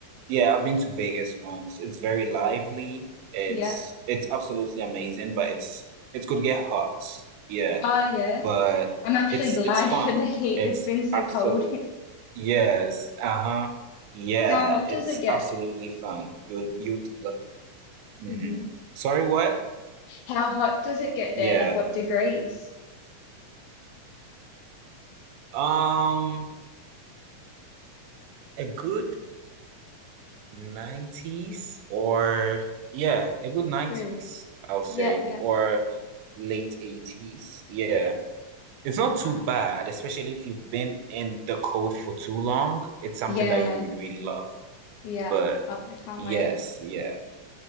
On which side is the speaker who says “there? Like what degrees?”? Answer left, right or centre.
Left